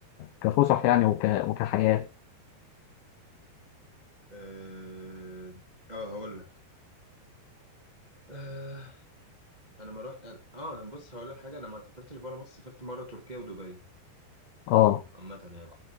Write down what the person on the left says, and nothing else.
كفسح يعني وك... وكحياة
اه